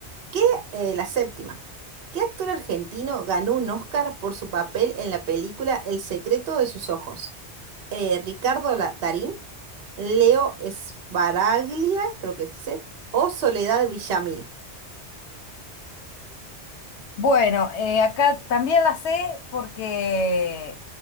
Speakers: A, on the right (about 60°); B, on the left (about 75°).
A: ¿qué, eh, la séptima. ¿Qué actor argentino ganó un Oscar por su papel en la película El secreto de sus ojos? Eh, ¿Ricardo La- Darín, Leo Sbaraglia, creo que se dice, o Soledad Villamil?
B: Bueno, eh, acá también la sé porque,